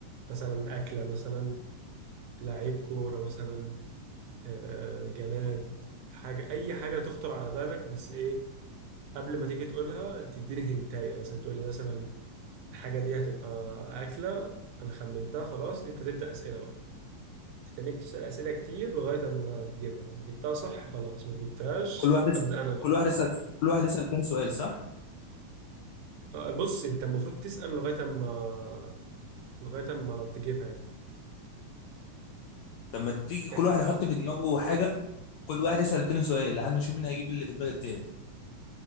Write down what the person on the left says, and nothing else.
كل واحد يسأل
كل واحد يسال كل واحد يسال تاني سؤال صح
طب ما تيجي كل
واحد يحط في دماغه حاجه وكل واحد يسال التاني سؤال لحد ما نشوف مين هيجيب اللي في دماغ التاني